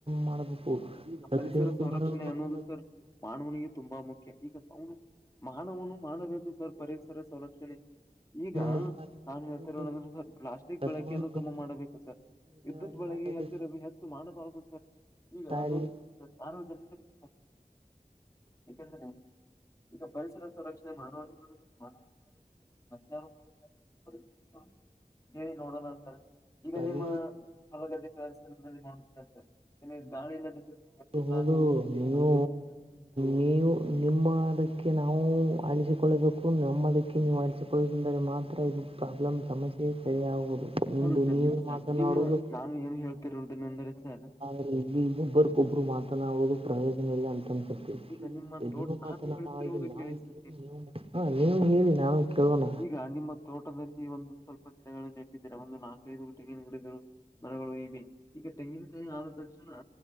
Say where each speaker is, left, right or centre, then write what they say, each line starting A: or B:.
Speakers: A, on the right; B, on the left.
A: ಮಾಡಬೇಕು ಪ್ರತಿಯೊಂದು
B: ಪರಿಸರ ಸಂರಕ್ಷಣೆ
A: ಮರವನ್ನು
B: ಅನ್ನುೋದು
A: ನೆಡಬೇಕು
B: ಸರ್ ಮಾವನಿಗೆ ತುಂಬಾ ಮುಖ್ಯ ಈಗ ಅವನು ಮಾನವನು ಮಾಡಬೇಕು ಸರ್ ಪರೀಕ್ಷರ ಸಂರಕ್ಷಣೆ ಈಗ
A: ಮಿತವಾಗಿ ಬಳಸಬೇಕು
B: ನಾನ್ ಹೇಳ್ತಿರೋಣಂದ್ರೆ ಸರ್ ಪ್ಲಾಸ್ಟಿಕ್
A: ಕಸವನ್ನು
B: ಬಳಕೆಯನ್ನು
A: ಬೇರ್ಪಡಿಸಿ
B: ಕಮಿ ಮಾಡಬೇಕು ಸರ್
A: ವಿಲೇವಾರಿ
B: ವಿದ್ಯುತ್ ಬಳಗೆ
A: ಮಾಡಬೇಕು
B: ಹೆಚ್ಚ ಹೆಚ್ಚು ಮಾಡಬಾರ ಈಗ
A: ಸಾರಿಗೆ
B: ಸಾರ್ವಜನಿಕರಿಗೆ ಏಕೆಂದ್ರೆ ಈಗ ಪರಿಸರ ಸಂುರಕ್ಷಣೆ ಮಾನವ ಮ ಮಧ್ಯಾಹನ ಮಾಡಾರಗ ಪರಿಥಿತ ಹೇಳಿ ನೋಡೋಣ ಸರ್ ಈಗ
A: ಮತ್ತು
B: ನಿಮ್ಮ ಹೊಲಗ ಕೆಲಸರತ್ತ ಗಾಳಿ ನಿಮ್ಗೆ ಎಷ್ಟು
A: ಹೌ ಹೌದು
B: ತ್ರಾಸ ಆಗುತ್ತದೆ
A: ನೀವು
B: ಹೊಲಗದ್ದೆಗಳಲ್ಲಿ ಕೆಲಸ ಮಾಡುವಾಗ?
A: ನೀವು ನಿಮ್ಮ ಅದಕ್ಕೆ ನಾವು ಅಲಿಸಿಕೊಳ್ಳಬೇಕು ನಮ್ಮದಕ್ಕೆ ನೀವು ಅಲಿಸಿಕೊಳ್ಳದಂದರೆ ಮಾತ್ರ ಇದು ಪ್ರಾಬ್ಲಮ್ ಸಮಸ್ಯೆ ಸರಿ ಆಾಗುವುದು ನಿ
B: ಹೌದು
A: ನೀವ
B: ಸರ್
A: ಮಾತನಾಡುದು
B: ನಿಮ್ಮ ನಾನು ಏನು ಹೇಳ್ತಿರೋದನ್ನು ಅಂದರೆ ಸರ್
A: ್ರೆ ಇಲ್ಲಿ ಒಬ್ಬರಿಗೊಬ್ರು ಮಾತನಾಡುವುದು ಪ್ರಯೋಜನೆಲ್ಲ ಅಂತನ್ ಮತ್ತೆ
B: ಈಗ ನಿಮ್ಮ ತೋಟ
A: ನೀವು ಮಾತನಾಡ
B: ನಾನು ಹೇಳುತ್ತಿರುವುದು
A: ನಾವು
B: ಸರ್
A: ಕೇಳಿ ನೀವು ಹ ನೀವು ಹೇಳಿ ನಾನು ಕೇಳೋಣ
B: ಈಗ ನಿಮ್ಮ ತೋಟದಲ್ಲಿ ಒಂದು ಸ್ವಲ್ಪ ಗಿಡಗಳು ನೆಟ್ಟರೆ ಒಂದು ನಾಲ್ಕೈದು ತೆಂಗಿನ ಗಿಡಗಳು ಮರಗಳು ಇವೆ ಈಗ ತೆಂಗಿನಕಾಯಿ ಆ ತಣ